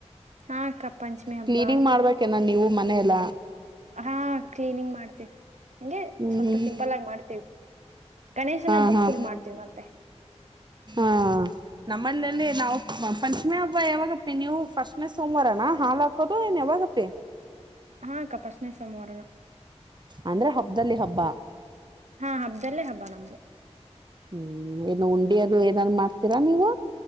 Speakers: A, on the right; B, on the right.
A: ಹಾ ಅಕ್ಕ ಪಂಚಮಿ ಹಬ್ಬ
B: ಕ್ಲೀನಿಂಗ್ ಮಾಡ್ಬೇಕೇನ ನೀವು ಮನೆಎಲ್ಲಾ
A: ಹಾ ಕ್ಲೀನಿಂಗ್ ಮಾಡ್ತೀವಿ ಹಂಗೆ
B: ಹ್ಮ್
A: ಸ್ವಲ್ಪ
B: ಹ್ಮ್
A: ಸಿಂಪಲ್ ಆಗಿ ಮಾಡ್ತೇವಿ ಗಣೇಶನ
B: ಹಾ
A: ಹಬ್ಬಕ್
B: ಹಾ
A: ಫುಲ್ ಮಾಡ್ತೀವಿ ಮತ್ತೆ
B: ಹಾ ಹ ನಮ್ಮಲ್ಲಲ್ಲಿ ನಾವು ಪಂಚಮಿ ಹಬ್ಬ ಯಾವಾಗಪ್ಪಿ ನೀವು ಫಸ್ಟ್ ನೆ ಸೋಮವಾರ ನಾ ಹಾಲ ಹಾಕೋದ ಕದ ನವ ಗಪ್ಪೆ
A: ಹಾ ಅಕ್ಕ ಪಶ್ಟನೇ ಸೋಮವಾರನ
B: ಅಂದ್ರೆ ಹಬ್ಬದಲ್ಲಿ ಹಬ್ಬ
A: ಹಾ ಹಬ್ಬದಲ್ಲೇ ಹಬ್ಬ ನಮ್ದು
B: ಹ್ಮ್ ಏನು ಉಂಡಿ ಅದು ಏನಾದಾರು ಮಾಡ್ತೀರಾ ನೀವು